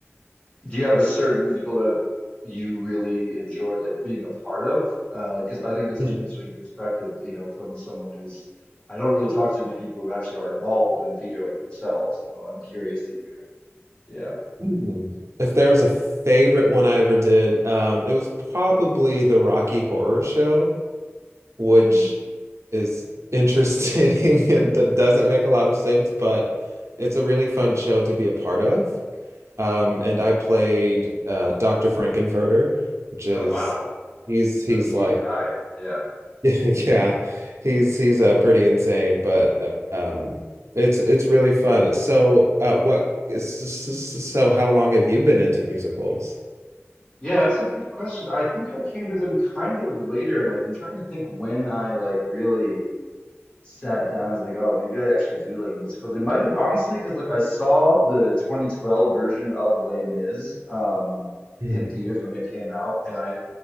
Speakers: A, on the left; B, on the right.
A: Do you have a certain musical that you really enjoyed like being a part of? Uh, because I think that's such
B: hmm
A: an interesting perspective, you know, from someone who's I don't really talk to many people who actually are involved in theater like themselves. So I'm curious to hear. Yeah.
B: Hmm. If there was a favorite one I ever did, um, it was probably the Rocky Horror Show, which
A: Mm.
B: is interesting <laughs> and that doesn't make a lot of sense, but it's a really fun show to be a part of. Um, and I played uh, Dr. Frankenfurter, which
A: Oh
B: is
A: wow.
B: he's
A: The
B: he's
A: lead
B: like
A: guy. Yeah.
B: <laughs> yeah, he's he's uh, pretty insane, but uh, um, it's it's really fun. So uh, what is so how long have you been into musicals?
A: Yeah, it's a good question. I think I came to them kind of later in life. I'm trying to think when I like really. sat down and was like, oh, maybe I actually do like musicals. It might have honestly, because like I saw the 2012 version of Les Mis um,
B: Mhm.
A: in theaters when it came out, and I